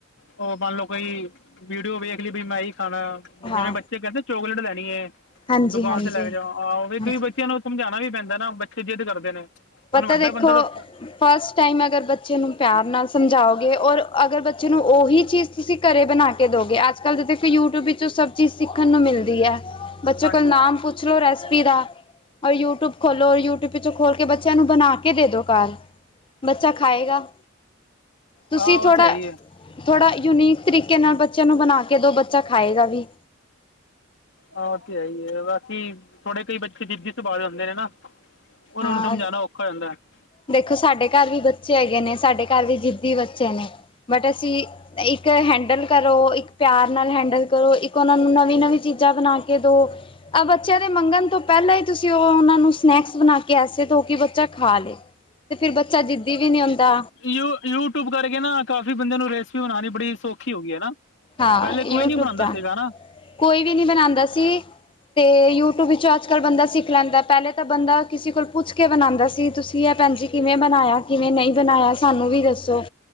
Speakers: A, on the left; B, on the left.
A: ਉਹ ਮੰਨ ਲਓ ਕੋਈ ਵੀਡੀਓ ਵੇਖ ਲਈ ਬ‌ਈ ਮੈਂ ਏ ਈ ਖਾਣਾਂ
B: ਹਾਂ
A: ਜਿਵੇਂ ਬੱਚੇ ਕਹਿੰਦੇ ਚੋਕਲੇਟ ਲੈਣੀ ਏ,
B: ਹਾਂਜੀ-ਹਾਂਜੀ,
A: ਦੁਕਾਨ ਤੇ ਲੈ ਕੇ ਜਾਓ ਆ
B: ਹਾਂਜੀ।
A: ਕਈ
B: ਹਾਂਜੀ
A: ਬੱਚਿਆਂ ਨੂੰ ਸਮਝਾਣਾ ਵੀ ਪੈਂਦਾ ਨਾ ਬੱਚੇ ਜਿੱਦ ਕਰਦੇ ਨੇ।
B: ਪਤਾ
A: ਹੁਣ ਵੱਡਾ
B: ਦੇਖੋ
A: ਬੰਦਾ ਤਾਂ
B: ਫਸਟ ਟਾਈਮ ਅਗਰ ਬੱਚੇ ਨੂੰ ਪਿਆਰ ਨਾ ਸਮਝਾਓਗੇ ਔਰ ਅਗਰ ਬੱਚੇ ਨੂੰ ਉਹੀ ਚੀਜ਼ ਤੁਸੀਂ ਘਰੇ ਬਣਾ ਕੇ ਦੋਗੇ। ਅੱਜ ਕਲ੍ਹ ਤਾਂ ਦੇਖੋ ਯੂ ਟੂਬ ਵਿੱਚੋ ਸਭ ਚੀਜ਼ ਸਿੱਖਣ ਨੂੰ ਮਿਲਦੀ ਐ। ਬੱਚੋ
A: ਹਾਂਜੀ
B: ਕੋਲ ਨਾਮ ਪੁੱਛ ਲੋ ਰੈਸਪੀ ਦਾ। ਔਰ ਯੂ ਟੂਬ ਖੋਲੋ ਯੂਟਿਊਬ ਵਿਚੋ ਖੋਲ ਕੇ ਬ ਬੱਚਿਆਂ ਨੂੰ ਬਨਾਕੇ ਦੇ ਦੋ ਘਾਰ। ਬੱਚਾ ਖਾਏਗਾ। ਤੁਸੀਂ
A: ਆਹ ਉਹ
B: ਥੋੜ੍ਹਾ
A: ਤੇ ਹੈ ਹੀ ਹੈ
B: ਥੋੜ੍ਹਾ ਯੂਨੀਕ ਤਰੀਕੇ ਨਾ ਬੱਚਿਆਂ ਨੂੰ ਬਣਾ ਕੇ ਦੋ ਬੱਚਾ ਖਾਏਗਾ ਵੀ
A: ਆਹ ਤੇ ਹੈ ਈ ਐ ਬਾਕੀ, ਥੋੜੇ ਕਈ ਬੱਚੇ ਜਿੱਦੀ ਸੁਭਾਅ ਹੁੰਦੇ ਨੇ ਨਾ ਉਹਨਾਂ
B: ਹਾਂ
A: ਨੂੰ ਸਮਝਾਣਾ ਔਖਾ ਹੋ ਜਾਂਦਾ ਐ।
B: ਦੇਖੋ ਸਾਡੇ ਘਰ ਵੀ ਬੱਚੇ ਹੈਗੇ ਨੇ ਸਾਡੇ ਘਰ ਵੀ ਜਿੱਦੀ ਬੱਚੇ ਨੇ ਬਟ ਅਸੀਂ ਇੱਕ ਹੈਂਡਲ ਕਰੋ ਇੱਕ ਪਿਆਰ ਨਾਲ ਹੈਂਡਲ ਕਰੋ ਇੱਕ ਉਹਨਾਂ ਨੂੰ ਨਵੀਂ-ਨਵੀਂ ਚੀਜ਼ਾਂ ਬਣਾ ਕੇ ਦੋ। ਆਹ ਬੱਚਿਆਂ ਦੇ ਮੰਗਣ ਤੋਂ ਪਹਿਲਾਂ ਹੀ ਤੁਸੀਂ ਉਹ ਉਹਨਾਂ ਨੂੰ ਸਨੈਕਸ ਬਣਾ ਐਸੇ ਦੋ ਕੇ ਬੱਚਾ ਖਾ ਲੇ ਤੇ ਫੇਰ ਬੱਚਾ ਜਿੱਦੀ ਵੀ ਨੀ ਹੁੰਦਾ।
A: ਯੂ-ਯੂਟਿਊਬ ਕਰਕੇ ਨਾ ਕਾਫ਼ੀ ਬੰਦਿਆ ਨੂੰ ਰੈਸਿਪੀ ਬਨਾਣੀ ਬੜੀ ਸੌਖੀ ਹੋ ਗਈ ਏ ਨਾ।
B: ਹਾਂ
A: ਪਹਿਲੇ
B: ਯੂਟਿਊਬ
A: ਕੋਈ ਨੀ ਬਣਾਂਦਾ
B: ਦਾ
A: ਸੀਗਾ ਹਨਾ।
B: ਕੋਈ ਵੀ ਨੀ ਬਨਾਂਦਾ ਸੀ। ਤੇ ਯੂਟਿਊਬ ਵਿੱਚੋਂ ਅੱਜ ਕੱਲ੍ਹ ਬੰਦਾ ਸਿੱਖ ਲੈਂਦਾ। ਪਹਿਲੇ ਤਾਂ ਬੰਦਾ ਕਿਸੇ ਕੋਲ ਪੁੱਛ ਕੇ ਬਨਾਂਦਾ ਸੀ, ਤੁਸੀਂ ਏ ਭੈਣ ਜੀ ਕਿਵੇਂ ਬਨਾਇਆ, ਕਿਵੇਂ ਨ‌ਈ ਬਨਾਇਆ, ਸਾਨੂੰ ਵੀ ਦੱਸੋ।